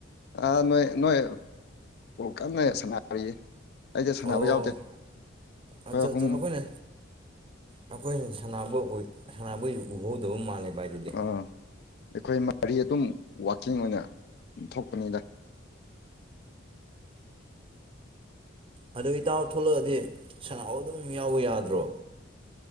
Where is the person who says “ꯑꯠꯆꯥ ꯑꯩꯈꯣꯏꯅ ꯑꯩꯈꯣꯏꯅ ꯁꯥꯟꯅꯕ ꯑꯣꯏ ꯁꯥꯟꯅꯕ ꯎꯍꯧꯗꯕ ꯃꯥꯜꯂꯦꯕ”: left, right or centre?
Right